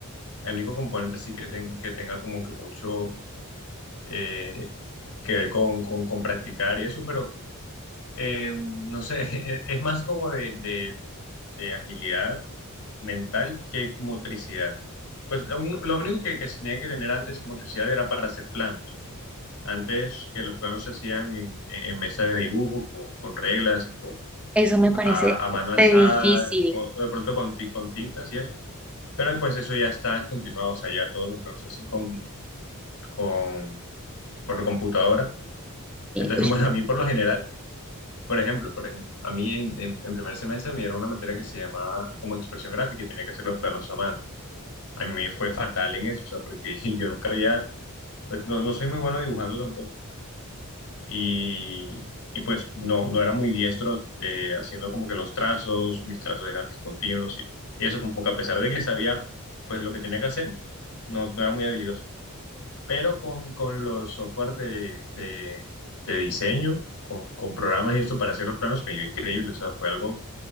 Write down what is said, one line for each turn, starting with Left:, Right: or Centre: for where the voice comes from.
Left: el único componente sí que, ten- que tenga como que mucho eh, que ver con, con, con practicar y eso, pero eh, no sé, <laughs> es es más como de, de, de agilidad mental que motricidad. Pues lo un- lo único que, que se tenía que tener antes en motricidad era para hacer plano Antes que los planos se hacían en, en mesa de dibujo, con, con reglas, con-
Centre: Eso me parece
Left: a, a mano alzada,
Centre: re difícil.
Left: o, o de pronto con, ti- con tintas y eso. Pero pues eso ya está descontinuado, o sea, ya todos los planos se hacen con, con, por computadora.
Centre: Y,
Left: Entonces,
Centre: uy,
Left: <laughs> bueno, a mí por lo general, por ejemplo, por ejemplo, a mí en, en- en primer semestre me dieron una materia que se llamaba como expresión gráfica y tenía que hacer los planos a mano. A mí me fue fatal en eso, o sea, porque <laughs> yo nunca había, pues no, no soy muy bueno dibujando tampoco y, y pues no, no era muy diestro eh, haciendo como que los trazos, mis trazos eran discontinuos y, y eso como que a pesar de que sabía pues lo que tenía que hacer, no, no era muy habilidoso. Pero con, con los software de, de, de diseño, con, con programas y esto para hacer los planos me iba increíble, o sea, fue algo